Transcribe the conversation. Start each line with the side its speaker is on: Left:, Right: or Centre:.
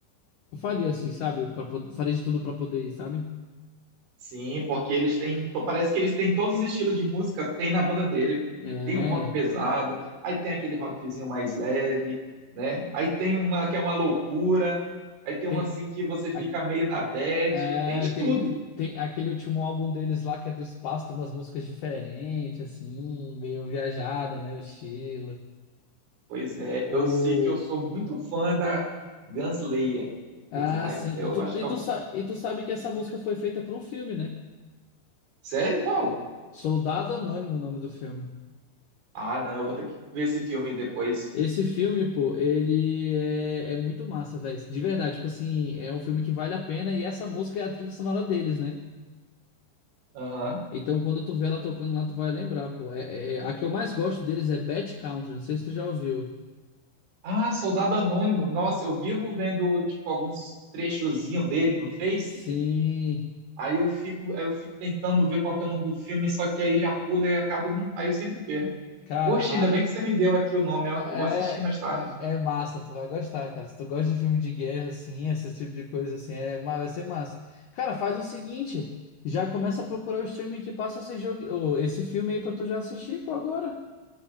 Left: Eu faria assim, sabe? Pra, pod- faria de tudo pra poder ir, sabe?
Right: Sim, porque eles têm, to- parece que eles têm todos os estilos de música, tem na banda dele.
Left: É,
Right: Tem um rock pesado, aí tem aquele rockzinho mais leve, né? Aí tem uma que é uma loucura, aí tem
Left: tem,
Right: um assim que você fica
Left: a-
Right: meio na bad,
Left: é,
Right: tem de
Left: tem,
Right: tudo.
Left: tem aquele último álbum deles lá que é do espaço, tem umas músicas diferentes, assim, meio viajada, né? O estilo.
Right: Pois é,
Left: O,
Right: eu sei que eu sou muito fã da Gunslayer.
Left: ah,
Right: Gunslayer.
Left: sim.
Right: Eu
Left: E tu,
Right: acho.
Left: e,
Right: eu-
Left: tu, sa- e tu sabe que essa música foi feita pra um filme, né?
Right: Sério? Qual?
Left: Soldado Anônimo, o nome do filme.
Right: Ah, não, eu vou ter que ver esse filme depois.
Left: Esse filme, pô, ele é, é muito massa, velho. De verdade, tipo assim, é um filme que vale a pena e essa música é a trilha sonora deles, né?
Right: Aham.
Left: Então, quando tu vê ela tocando lá, tu vai lembrar, pô. É, é- a que eu mais gosto deles é Bad Country, não sei se tu já ouviu.
Right: Ah, Soldado Anônimo. Nossa, eu vivo vendo, tipo, alguns trechozinhos dele no Face.
Left: Sim,
Right: Aí eu fico, aí eu fico tentando ver qual que é o nome do filme, só que aí já pula e acaba. num- Aí eu sempre perco.
Left: cara,
Right: Poxa,
Left: a-
Right: ainda bem que você me deu aqui o nome,
Left: é,
Right: eu vou assistir mais tarde.
Left: é massa, tu vai gostar, cara. Se tu gosta de filme de guerra, assim, esse tipo de coisa, assim, é, ma- vai ser massa. Cara, faz o seguinte, já começa a procurar o streaming que passa esse jogo, ô, esse filme aí pra tu já assistir, pô, agora.